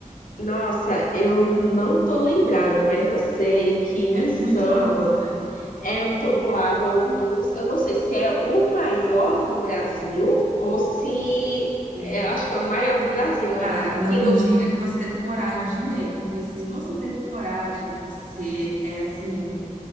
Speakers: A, on the left (about 85°); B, on the right (about 80°).
A: Nossa, eu não tô lembrada, mas eu sei que o
B: É
A: Insano
B: muito alto, né?
A: é o toboágua, um dos... Eu não sei se é o maior do Brasil ou se...
B: Sim.
A: é, Eu acho que é o maior do Brasil,
B: Cara,
A: é.
B: não
A: Que
B: me
A: no...
B: diga que você teve coragem de ir nele, porque se você teve coragem, você é assim.